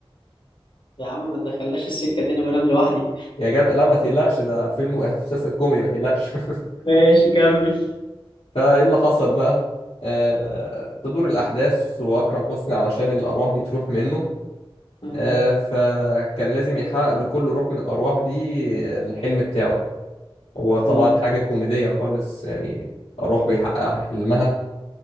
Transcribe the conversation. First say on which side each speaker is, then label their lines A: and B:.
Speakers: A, on the left; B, on the left.
A: يا عم ما تدخلناش السكة دي انا بنام لوحدي
B: يا جدع لا ما تقلقش ده فيلم و- <laughs> مسلسل كوميدي ما تقلقش <laughs>
A: ماشي كمل
B: فإيه اللي حصل بقى آه... تدور الأحداث وأكرم حسني علشان الأرواح دي تروح منه
A: اه
B: آه... فكان لازم يحقق لكل روح من الأرواح دي الحلم بتاعه هو طبعا
A: اه
B: حاجة كوميدية خالص يعني أرواح بيحقق حلمها